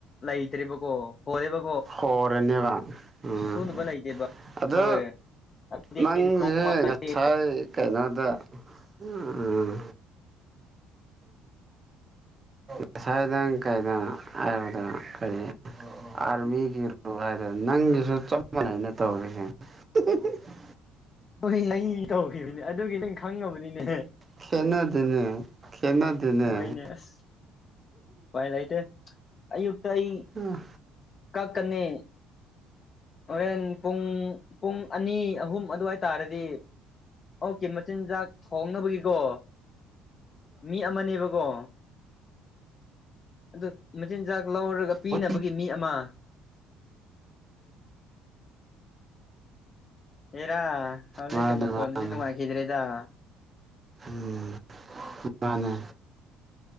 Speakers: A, on the left; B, on the right.
A: ꯂꯩꯇ꯭ꯔꯤꯕꯀꯣ ꯍꯣꯔꯦꯕ
B: ꯍꯣꯔꯅꯦꯕ ꯎꯝ
A: ꯁꯨꯅꯕ ꯂꯩꯇꯦꯕ
B: ꯑꯗꯨ
A: ꯍꯣꯏ ꯑꯗꯨꯗꯤ
B: ꯅꯪꯁꯦ
A: ꯅꯣꯡꯃꯒꯤ
B: ꯉꯁꯥꯏ ꯀꯩꯅꯣꯗ ꯎꯝ ꯉꯁꯥꯏꯗ ꯀꯩꯏꯗ ꯍꯥꯏꯕꯗ ꯀꯔꯤ ꯑꯥꯔꯃꯤꯒꯤꯔ ꯍꯥꯏꯗ ꯅꯪꯒꯤꯁꯨ ꯆꯞ ꯃꯥꯟꯅꯅ ꯇꯧꯔꯤꯁꯦ ꯎꯝ
A: ꯍꯣꯏ ꯑꯩ ꯇꯧꯈꯤꯕꯗꯨꯅꯦ ꯑꯗꯨꯒꯤ ꯅꯪ ꯈꯪꯉꯕꯅꯤꯅꯦ
B: ꯈꯦꯠꯅꯗꯦꯅꯦ ꯈꯦꯠꯅꯗꯦꯅꯦ
A: ꯍꯣꯏꯅꯦ ꯑꯁ ꯎꯄꯥꯏ ꯂꯩꯥꯏꯇꯦ ꯑꯌꯨꯛꯇ ꯑꯩ
B: ꯎꯝ
A: ꯀꯛꯀꯅꯤ ꯍꯣꯔꯦꯟ ꯄꯨꯡ ꯄꯨꯡ ꯑꯅꯤ ꯑꯍꯨꯝ ꯑꯗꯨꯋꯥꯏ ꯇꯥꯔꯗꯤ ꯑꯣꯛꯀꯤ ꯃꯆꯤꯟꯖꯥꯛ ꯊꯣꯡꯅꯕꯒꯤꯀꯣ ꯃꯤ ꯑꯃꯅꯦꯕꯀꯣ ꯑꯗꯨ ꯃꯆꯤꯟꯖꯥꯛ ꯂꯧꯔꯒ ꯄꯤꯅꯕꯒꯤ
B: ꯎꯝ
A: ꯃꯤ ꯑꯃ ꯑꯦꯔ ꯍꯧꯖꯤꯛꯀꯤ
B: ꯃꯥꯅꯦ
A: ꯃꯈꯣꯟꯜꯗꯗꯤ
B: ꯃꯥꯅꯦ
A: ꯅꯨꯡꯉꯥꯏꯈꯤꯗ꯭ꯔꯦꯗ
B: ꯎꯝ ꯃꯥꯅꯦ